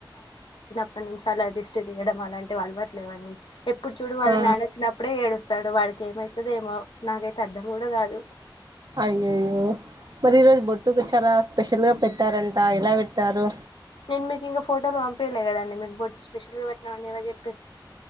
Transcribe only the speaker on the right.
ఆ
అయ్యయ్యో మరి ఈ రోజు బొట్టుకు చాలా స్పెషల్ గా పెట్టారంట ఎలా పెట్టారు